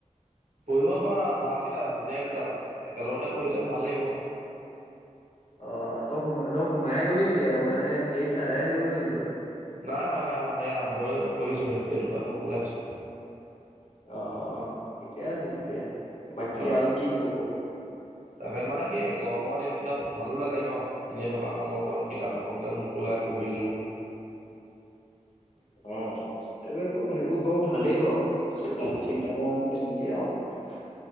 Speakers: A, on the right; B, on the left.
A: পঢ়িব পাৰ ভাল কিতাপ ধুনীয়া কিতাপ একেলগতে পঢ়িলে ভাল লাগিব।
B: অ তই সোমাই তই সোমাইে গ'লি নেকি আকৌ মানে পেজ আদাই হৈ গ'ল নেকি তোৰ
A: নাই হয় নাই এই আৰম্ভয় কৰিছোহে বেটুপাত মোক ওলাইছো
B: অ অ ঠিকে আছে তেতিয়া বাকী
A: অ
B: আৰু কি কব
A: তাকে মানে কি গৰমৰ দিন কেইটাত ভালো লাগে ন এনেই থকা সময়কণ কিতাপ এখনকে মোকলাই পঢ়ি ছো
B: উম এইবোৰ সেইবোৰ বাৰু ভালেই বাৰু
A: অ',
B: চিন্ত ধাৰা তেনেকেই আৰু